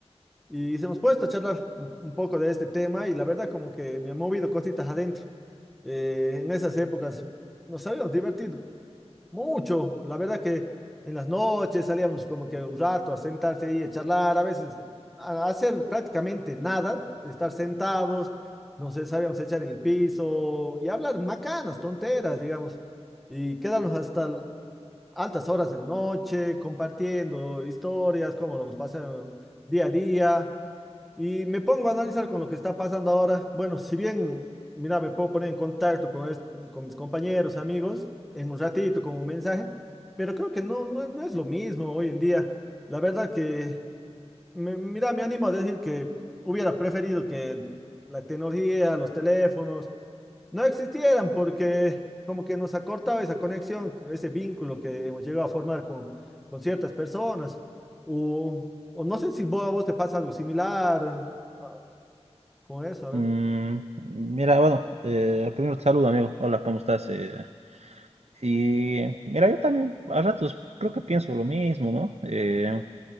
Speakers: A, in the centre; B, on the right (about 70°).
A: y hemos puesto a charlar un, un poco de este tema y la verdad como que me ha movido cositas adentro. Eh, en esas épocas nos habíamos divertido mucho, la verdad que en las noches salíamos como que un rato a sentarse ahí, a charlar, a veces a hacer prácticamente nada, estar sentados, no sé, sabíamos echar en el piso y hablar macanas, tonteras, digamos, y quedarnos hasta l- altas horas de la noche compartiendo historias, cómo lo hemos pasado día a día. Y me pongo a analizar con lo que está pasando ahora. Bueno, si bien, mira, me puedo poner en contacto con, es- con mis compañeros, amigos, en un ratito con un mensaje, pero creo que no, no, no es lo mismo hoy en día. La verdad que, me- mira, me animo a decir que hubiera preferido que el- la tecnología, los teléfonos, no existieran porque como que nos ha cortado esa conexión, ese vínculo que hemos llegado a formar con, con ciertas personas. O, o no sé si vos, a vos te pasa algo similar. ah, con eso, a ver.
B: Mm, mira, bueno, eh, primero te saludo, amigo. Hola, ¿cómo estás? Eh, y mira, yo también a ratos creo que pienso lo mismo, ¿no? Eh,